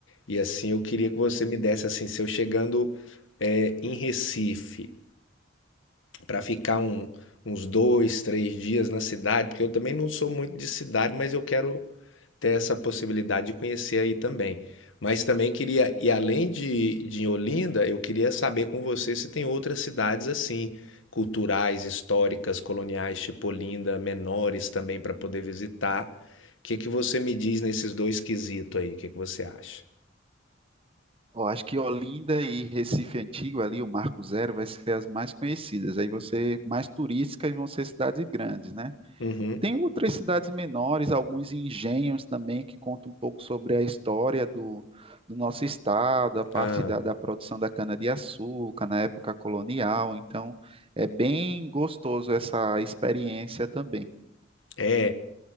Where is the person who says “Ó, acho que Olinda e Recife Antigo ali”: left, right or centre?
Right